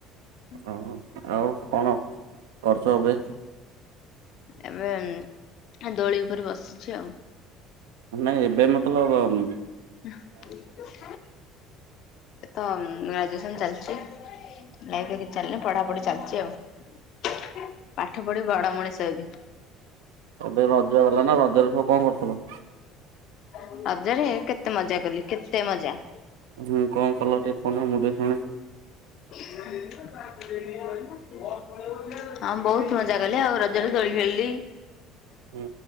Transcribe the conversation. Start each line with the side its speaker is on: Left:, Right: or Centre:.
Left: ହୁଁ
Right: ଓହୋ ଆଉ କଣ କରୁଛ ଏବେ?
Left: ଏବେ ଦୋଳି ଉପରେ ବସିଛି ଆଉ।
Right: ନାଇଁ ଏବେ ମତଲବ, ଅମ୍
Left: ଏ ତ ଗ୍ରାଜୁଏସନ ଚାଲି ଛି, ଲାଇଫ କିଛି ଚାଲିନି ପଢାପଢି ଚାଲିଛି ଆଉ। ପାଠ ପଢି ବଡ ମଣିଷ ହେବି।
Right: ଏବେ ରଜ ଗଲା ନା ରଜରେ ସବୁ କଣ କରୁଥିଲ?
Left: ହୁଁ ରଜରେ କେତେ ମଜା କଲି କେତେ ମଜା
Right: ହୁଁ କଣ କଲ ଟିକେ କହୁନ ମୁଁ ଟିକେ ଶୁଣେ,
Left: ହଁ ବହୁତ ମଜା କଲି ଆଉ ରଜରେ ଦୋଳି ଖେଳିଲି।
Right: ହୁଁ